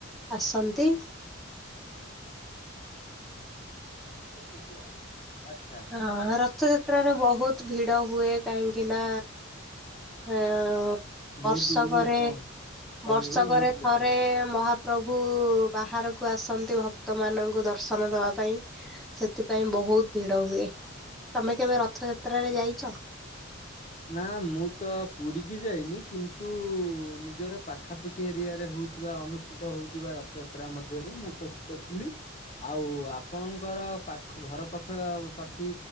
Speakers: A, in the centre; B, on the left.
A: ଆସନ୍ତି।
B: ହୁଁ। ଏତିକି ଆଉ। ଆଚ୍ଛା
A: ହଁ ରଥଯାତ୍ର ର ବହୁତ ଭିଡ ହୁଏ। କାହିଁକି ନା ହଁ
B: ବହୁତ
A: ବର୍ଷକରେ
B: ଗୁଡେ ଲୋକ ଥରିକ
A: ବର୍ଷକରେ
B: ହୁଏ ବହୁତ ଲୋକ
A: ଥରେ
B: ଯାଆନ୍ତି
A: ମହା ପ୍ରଭୁ ବାହାରକୁ ଆସନ୍ତି ଭକ୍ତ ମାନଙ୍କୁ ଦର୍ଶନ ଦବା ପାଇଁ। ସେଥିପାଇଁ ବହୁତ ଭିଡ ଡ ହୁଏ। ତୋମେ କେବେ
B: ଆଚ୍ଛା।
A: ରଥଯାତ୍ରାରେ ଯାଇଚ?
B: ନା ମୁଁ ତ ପୁରୀ କି ଯାଇନି କିନ୍ତୁ ନିଜର ପାଖାପାଖି ଏରିଆରେ ହଉଥିବା, ଅନୁଷ୍ଠିତ ହେଉଥିବା ରଥଯାତ ତ୍ରା ମଧ୍ୟରେ ମୁଁ ଉପସ୍ଥିତ ଥିଲି ଆଉ ଆପଣଙ୍କର ପାଖ ଘର ପାଖ ପାଖ ପାଖି